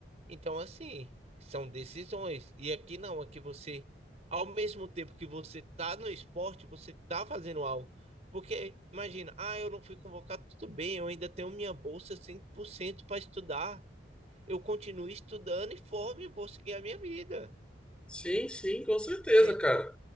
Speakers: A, on the right; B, in the centre.
A: Então, assim, são decisões. E aqui não, aqui você, ao mesmo tempo que você tá no esporte, você tá fazendo algo. Porque, imagina, ah, eu não fui convocado, tudo bem, eu ainda tenho minha bolsa 100% para estudar. Eu continuo estudando e formo e vou seguir a minha vida.
B: sim, sim, com certeza,
A: Você entendeu?
B: cara.